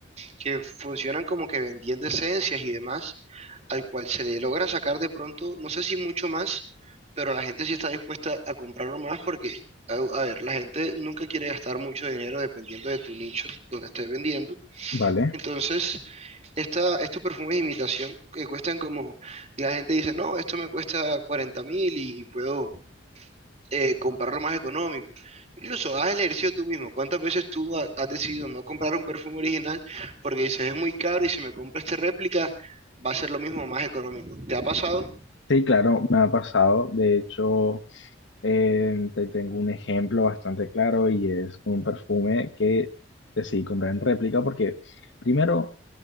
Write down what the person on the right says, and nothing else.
que funcionan como que vendiendo esencias y demás, al cual se le logra sacar de pronto, no sé si mucho más, pero la gente sí está dispuesta a comprarlo más porque, a, a ver, la gente nunca quiere gastar mucho dinero dependiendo de tu nicho donde estés vendiendo.
Entonces, esta, estos perfumes de imitación que cuestan como, y la gente dice, no, esto me cuesta cuarenta mil y, y puedo eh, comprarlo más económico. Incluso haz el ejercicio tú mismo. ¿Cuántas veces tú ha- has decidido no comprar un perfume original porque dices es muy caro y si me compro esta réplica va a ser lo mismo más económico? ¿Te ha pasado?